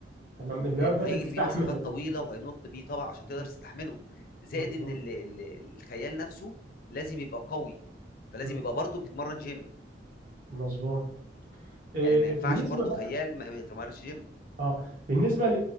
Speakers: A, on the right (about 50°); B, on the left (about 55°).
A: تمام اللي
B: لانه
A: هو ده بتستحمل
B: هيجري بيه مسافات
A: ال-
B: طويله وهينط بيه طبعا عشان تقدر
A: مم.
B: تستحمله زائد
A: مظبوط
B: ان ال ال الخيال نفسه لازم يبقى قوي فلازم
A: مم.
B: يبقى برضه بيتمرن جيم
A: مظبوط آه،
B: يعني ما ينفعش
A: بالنسبة
B: برضه
A: بقى
B: خيال ما ما يتمرنش جيم
A: اه بالنسبة ل-